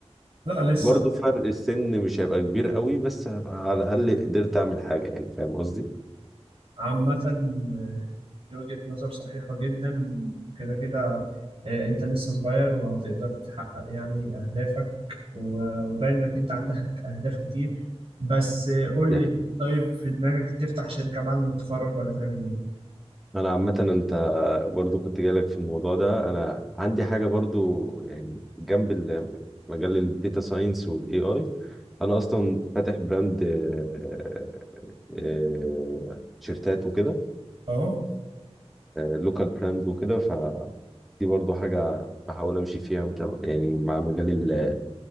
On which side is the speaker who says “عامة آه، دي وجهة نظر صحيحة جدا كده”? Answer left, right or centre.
Right